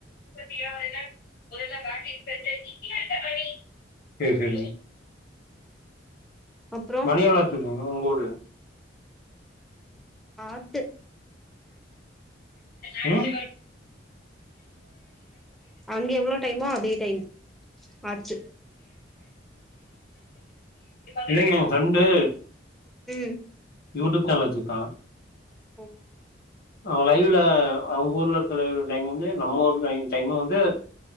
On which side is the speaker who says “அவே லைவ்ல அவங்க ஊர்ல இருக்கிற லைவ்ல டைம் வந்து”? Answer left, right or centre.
Left